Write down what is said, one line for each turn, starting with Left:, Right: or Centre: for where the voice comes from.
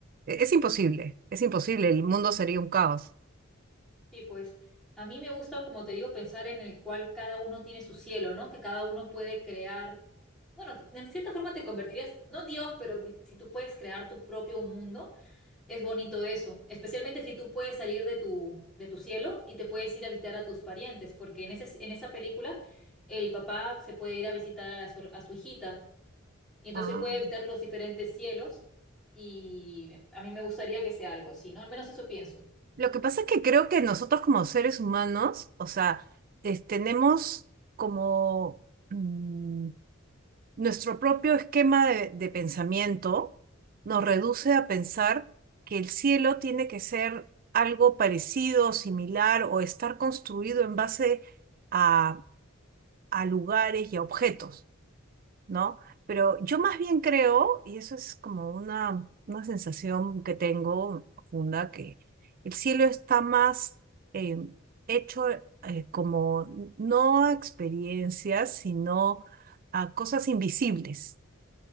Right: es imposible, es imposible, el mundo sería un caos.
Centre: Sí, pues a mí me gusta, como te digo, pensar en el cual cada uno tiene su cielo, ¿no? Que cada uno puede crear, bueno, de de cierta forma te convertirías, no Dios, pero di- si tú puedes crear tu propio mundo Es bonito eso, especialmente si tú puedes salir de tu, de tu cielo y te puedes ir a visitar a tus parientes, porque en ese, en esa película el papá se puede ir a visitar a, la suer- a su hijita, y entonces
Right: Ah.
Centre: puede visitar los diferentes cielos y a mí me gustaría que sea algo así, ¿no? Al menos eso pienso.
Right: Lo que pasa es que creo que nosotros como seres humanos, o sea, es- tenemos como mm, Nuestro propio esquema de, de pensamiento nos reduce a pensar que el cielo tiene que ser algo parecido, similar o estar construido en base a, a lugares y a objetos, ¿no? Pero yo más bien creo, y eso es como una, una sensación que tengo profunda, que el cielo está más eh, hecho eh, como no a experiencias, sino a cosas invisibles.